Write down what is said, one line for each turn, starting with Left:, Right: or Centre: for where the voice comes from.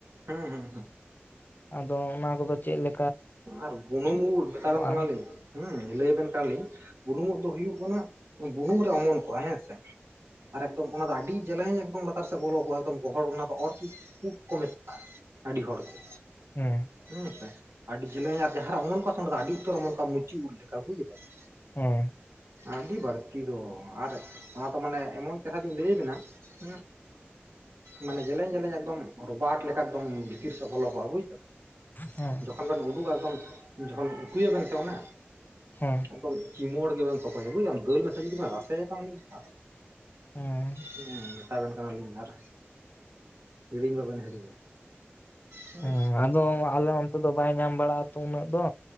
Right: ᱦᱩᱸ, ᱦᱩᱸ, ᱦᱩᱸ
Left: ᱟᱫᱚ ᱚᱱᱟ ᱠᱚᱫᱚ ᱪᱮᱫ ᱞᱮ
Right: ᱟᱨ ᱵᱩᱱᱩᱢ ᱩᱫ ᱢᱮᱛᱟ ᱵᱮᱱ ᱠᱟᱱᱟ
Left: ᱦᱮᱸ
Right: ᱞᱤᱧ ᱦᱩᱸ ᱞᱟᱹᱭ ᱟᱵᱮᱱ ᱠᱟᱱ ᱞᱤᱧ ᱵᱩᱞᱩᱢ ᱩᱫ ᱫᱚ ᱦᱩᱭᱩᱜ ᱠᱟᱱᱟ ᱵᱩᱱᱩᱢ ᱨᱮ ᱚᱢᱚᱱ ᱠᱚᱜ-ᱟ ᱦᱮᱸᱥᱮ᱾ ᱟᱨ ᱮᱠᱫᱚᱢ ᱚᱱᱟ ᱫᱚ ᱟᱹᱰᱤ ᱡᱮᱞᱮᱧ ᱮᱠᱫᱚᱢ ᱞᱟᱛᱟᱨ ᱥᱮᱫ ᱵᱚᱞᱚ ᱠᱚᱜ-ᱟ ᱮᱠᱫᱚᱢ ᱜᱚᱦᱚᱲ ᱚᱱᱟ ᱫᱚ ᱚᱨ ᱛᱩᱫ ᱩᱫ ᱠᱚ ᱢᱮᱛᱟᱜ-ᱟ᱾ ᱟᱹᱰᱤ ᱦᱚᱲ ᱠᱚ᱾
Left: ᱦᱩᱸ
Right: ᱦᱩᱸ ᱥᱮ ᱟᱹᱰᱤ ᱡᱮᱞᱮᱧ ᱟᱨ ᱡᱟᱦᱟ ᱨᱮ ᱚᱢᱚᱱ ᱠᱚᱣᱟ ᱥᱮ ᱚᱸᱰᱮ ᱫᱚ ᱟᱹᱰᱤ ᱩᱛᱟᱹᱨ ᱚᱢᱚᱱ ᱠᱚᱜ-ᱟ ᱢᱩᱪᱤ ᱩᱸᱫ ᱞᱮᱠᱟ ᱵᱩᱡ ᱟᱠᱟᱫᱟᱢ᱾
Left: ᱦᱩᱸ᱾
Right: ᱟᱹᱰᱤ ᱵᱟᱹᱲᱛᱤ ᱫᱚ ᱟᱨ ᱚᱱᱟ ᱛᱚ ᱢᱟᱱᱮ ᱮᱢᱚᱱ ᱪᱮᱨᱦᱟ ᱞᱤᱧ ᱞᱟᱹᱭ ᱟᱵᱮᱱᱟ ᱩᱸᱜ ᱢᱟᱱᱮ ᱡᱮᱞᱮᱧ, ᱡᱮᱞᱮᱧ ᱮᱠᱫᱚᱢ ᱨᱚᱵᱟᱴ ᱞᱮᱠᱟ ᱮᱠᱫᱚᱢ ᱵᱷᱤᱛᱤᱨ ᱥᱮᱫ ᱵᱚᱞᱚ ᱠᱚᱜ-ᱟ ᱵᱩᱡᱫᱟᱢ᱾
Left: ᱦᱩᱸ᱾
Right: ᱡᱚᱠᱷᱚᱱ ᱵᱮᱱ ᱩᱰᱩᱠᱟ ᱮᱠᱫᱚᱢ ᱡᱚᱠᱷᱚᱱ ᱩᱛᱩᱭ ᱟᱵᱮᱱ ᱥᱮ ᱚᱱᱟ
Left: ᱦᱩᱸ᱾
Right: ᱮᱫᱚᱢ ᱪᱤᱢᱚᱲ ᱜᱮ ᱵᱮᱱ ᱛᱚᱜᱚᱡᱟ ᱵᱩᱡᱽ ᱫᱟᱢ ᱫᱟᱹᱞ ᱢᱮᱥᱟ ᱡᱩᱫᱤ ᱵᱮᱱ ᱨᱟᱥᱮᱭᱟ ᱵᱟᱝ ᱢᱤᱫ ᱫᱷᱟᱣ᱾
Left: ᱦᱩᱸ᱾
Right: ᱦᱩᱸ ᱢᱮᱛᱟ ᱵᱮᱱ ᱠᱟᱱᱟ ᱞᱤᱧ ᱟᱨ ᱦᱤᱲᱤᱧ ᱵᱟᱵᱮᱱ ᱦᱤᱲᱤᱧᱟ᱾ ᱦᱮᱸ
Left: ᱦᱩᱸ ᱟᱫᱚ ᱟᱞᱮ ᱚᱱᱛᱮ ᱫᱚ ᱵᱟᱭ ᱧᱟᱢ ᱵᱟᱲᱟᱜ-ᱟ ᱛᱚ ᱩᱱᱟᱹᱜ ᱫᱚ